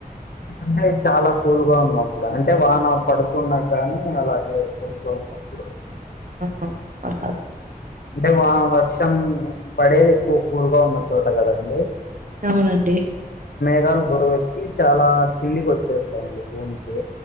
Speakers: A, on the left; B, on the right.
A: అంటే చాలా కూల్గా ఉన్నప్పుడు అంటే వాన పడుతున్న గాని అలాగే కూల్గా ఉన్నప్పుడు
B: అహ అలాగా
A: అంటే వా వర్షం పడేది ఎక్కువ కూల్గా ఉన్న చోట కదండి
B: అవునండి
A: శలు బురువేక్కి చాలా కిందికోచ్చేస్తాయండి భూమికి